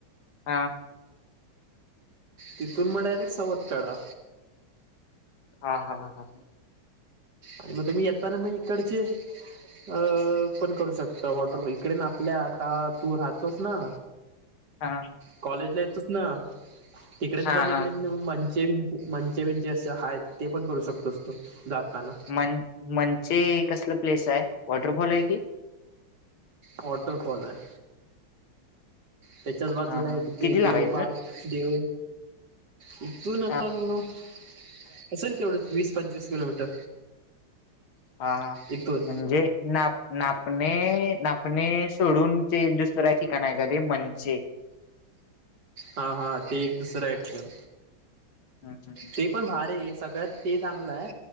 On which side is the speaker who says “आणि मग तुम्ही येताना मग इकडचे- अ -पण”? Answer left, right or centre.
Right